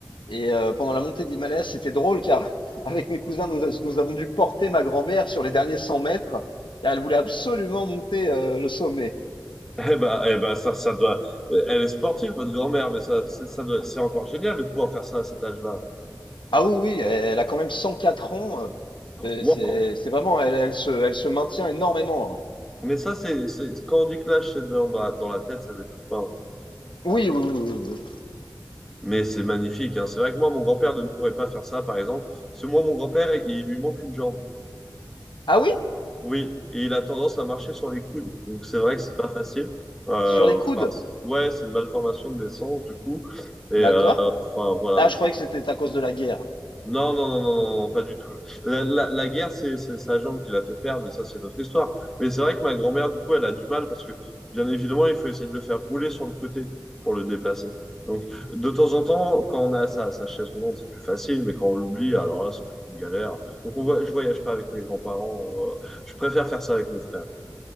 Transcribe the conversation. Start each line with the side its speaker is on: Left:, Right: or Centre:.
Left: Et euh, pendant la montée de l'Himalaya, c'était drôle car <laughs> avec mes cousins, nous, a- nous avons dû porter ma grand-mère sur les derniers 100 mètres car elle voulait absolument monter euh, le sommet.
Centre: Eh ben, eh ben, ça, ça doit. euh, Elle est sportive, votre grand-mère, mais ça, c'est, ça doit... c'est encore génial de pouvoir faire ça à cet âge-là.
Left: Ah oui, oui, elle a quand même 104 ans. euh, C'est
Centre: Waouh!
Left: c'est- c'est vraiment, elle, elle se, elle se maintient énormément. hein.
Centre: Mais ça, c'est, c'est... quand on dit que l'âge, c'est dans, dans la- dans la tête, ça m'étonne pas. hein.
Left: Oui, oui, oui, oui. oui.
Centre: Mais c'est magnifique, hein. C'est vrai que moi, mon grand-père ne pourrait pas faire ça, par exemple. Parce que moi, mon grand-père, il il lui manque une jambe.
Left: Ah oui,
Centre: Oui, et il a tendance à marcher sur les coudes. Donc, c'est vrai que c'est pas facile. Euh,
Left: sur les coudes.
Centre: Ouais, c'est une malformation de naissance, du coup. Et
Left: D'accord.
Centre: euh, enfin, voilà.
Left: Ah,
Centre: Donc,
Left: je croyais que c'était à cause de la guerre.
Centre: Non, non, non, non, non, non, pas du tout. La, la, la guerre, c'est c'est sa jambe qui l'a fait perdre, mais ça, c'est notre histoire. Mais c'est vrai que ma grand-mère, du coup, elle a du mal parce que, bien évidemment, il faut essayer de le faire rouler sur le côté pour le déplacer. Donc, de temps en temps, quand on a sa, sa chaise roulante, c'est plus facile, mais quand on l'oublie, alors là, c'est toute une galère. Donc, on voit, je voyage pas avec mes grands-parents. euh, je préfère faire ça avec mon frère.